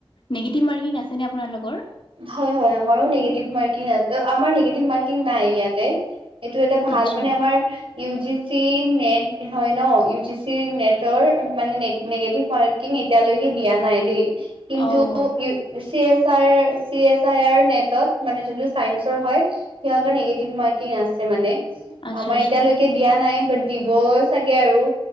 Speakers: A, on the left (about 70°); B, on the right (about 85°).
A: নিগেটিভ মাৰ্কিং আছেনে আপোনালোকৰ?
B: হয়, হয় আমাৰো নিগেটিভ মাৰ্কিং আছে, আমাৰ নিগেটিভ মাৰ্কিং নাই ইয়াতে। এইটো এটা ভাল
A: আচ্ছা
B: মানে আমাৰ ইউ জি চি নেট হয় ন' ইউ জি চি নেটৰ মানে নিগেটিভ মাৰ্ক এতিয়ালৈকে দিয়া নাই দেই কিন্তু
A: অ'
B: ই চি এ চি এই আৰ নেটত মানে যিটো চাইৰ হয় সিহঁতৰ নিগেটিভ মাৰ্কিং আছে মানে।
A: আচ্ছা
B: আমাৰ
A: আচ্ছা
B: এতিয়ালৈকে দিয়া নাই বাট দিব চাগে আৰু।